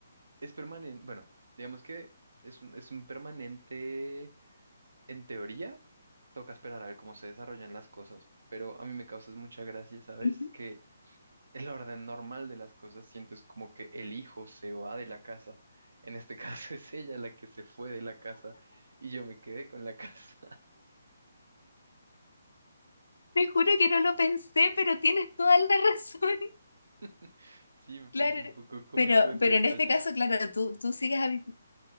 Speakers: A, on the right; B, on the left.
A: Es permanente, bueno, digamos que es un, es un permanente en teoría, Toca esperar a ver cómo se desarrollan las cosas, pero a mí me causa mucha gracia, ¿sabes?
B: Ujú.
A: Que el orden normal de las cosas siento es como que el hijo se va de la casa. En este caso <laughs> es ella la que se fue de la casa y yo me quedé con la casa.
B: Te juro que no lo pensé, pero tienes toda la razón. <laughs>
A: <laughs> Sí, me parece
B: Claro.
A: un poco cómico
B: Pero,
A: ese
B: pero
A: detalle.
B: en este caso, claro, tú, tú sigues habi-